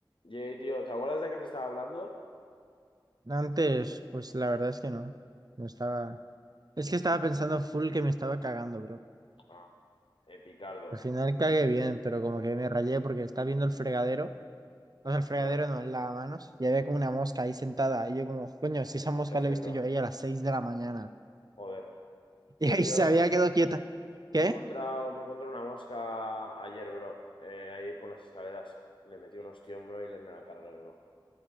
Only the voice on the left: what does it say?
Yay, tío, ¿te acuerdas de que te estaba hablando?
Ah, Epicardo.
Ya,
F,
bro.
Joder.
Yo,
tío,
me he encontrado, me he encontrado una mosca ayer, bro. eh, ahí por las escaleras. Le metí un ostión, bro, y le, me la cargué, bro.